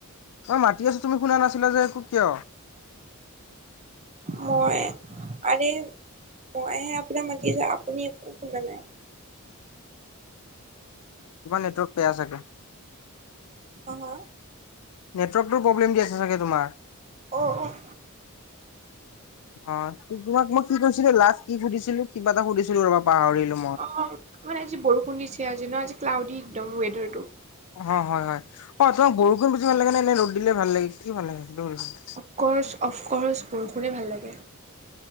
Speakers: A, on the left (about 85°); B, on the right (about 30°).
A: মই মাতি আছোঁ, তুমি শুনা নাছিলা যে একো কিয়?
B: মই আৰে মইহে আপোনাক মাতি আছোঁ আপুনি একো শুনা নাই।
A: তোমাৰ নেটৱৰ্ক বেয়া চাগে।
B: <unintelligible>
A: নেটৱৰ্কটো প্ৰব্লেম দি আছে চাগে তোমাৰ।
B: অ', অ'।
A: অ' ত-তোমাক মই কি কৈছিলোঁ, লাষ্ট কি সুধিছিলোঁ, কিবা এটা সুধিছিলোঁ ৰ'বা পাহৰিলোঁ।
B: অ' মানে আজি বৰষুণ দিছে আজি ন' আজি ক্লাউডি একদম ৱেইডাৰটো।
A: অ', হয় হয়। অ' তোমাক বৰষুণ বেছি ভাল লাগে নে ৰ'দ দিলে ভাল লাগে, কি ভাল লাগে সেইটো সুধিছোঁ।
B: অফকৰ্চ অফকৰ্চ বৰষুণে ভাল লাগে।